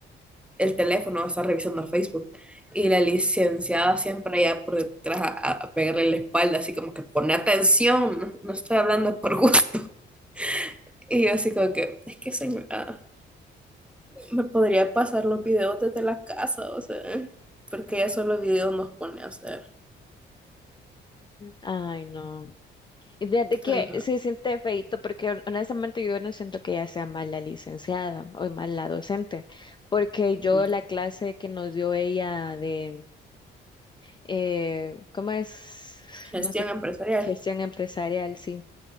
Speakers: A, in the centre; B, on the left.
A: el teléfono, está revisando Facebook. Y la licenciada siempre ya por detrás a, a pegarle la espalda, así como que pone atención, no no estoy hablando por gusto. <laughs> Y yo así como que, es que señora, me podría pasar los videos desde la casa, o sea, porque ya solo videos nos pone a hacer.
B: Ay, no. Y Fíjate que
A: Ajá,
B: sí siente feíto porque hon- honestamente yo no siento que ella sea mala licenciada o mala docente, porque
A: ujú.
B: yo la clase que nos dio ella de, eh, ¿cómo es?
A: Gestión
B: No sé,
A: empresarial.
B: gestión empresarial, sí.